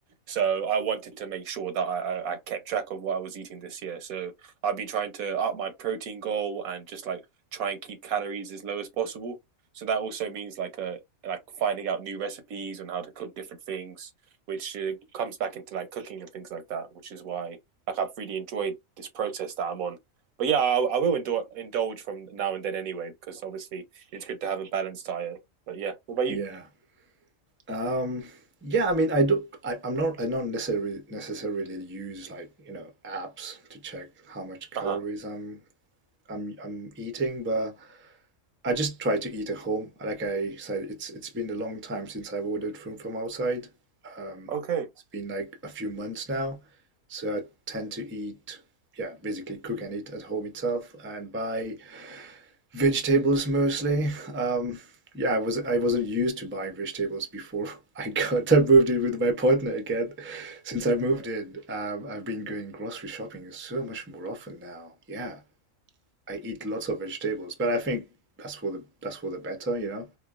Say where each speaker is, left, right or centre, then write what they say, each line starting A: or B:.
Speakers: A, on the right; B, on the right.
A: so I wanted to make sure that I, I, I kept track of what I was eating this year. So I've been trying to up my protein goal and just like try and keep calories as low as possible. So that also means like uh like finding out new recipes and how to cook different things, which uh, comes back into like cooking and things like that, which is why like I've really enjoyed this process that I'm on. But yeah, I, I will indul- indulge from now and then anyway, because obviously it's good to have a balanced diet. But yeah, what about
B: Yeah.
A: you?
B: Um, yeah, I mean, I do. I, I'm not. I don't necessarily necessarily use like you know apps to check how much calories
A: Uh huh.
B: I'm I'm I'm eating, but I just try to eat at home. Like I said, it's it's been a long time since I've ordered food from outside. Um,
A: Okay.
B: it's been like a few months now, so I tend to eat. Yeah, basically cook and eat at home itself and buy Vegetables mostly. Um, yeah, I was I wasn't used to buying vegetables before <laughs> I got I moved in with my partner again. Since I moved in, um, I've been going grocery shopping so much more often now. Yeah, I eat lots of vegetables, but I think that's for the that's for the better, you know.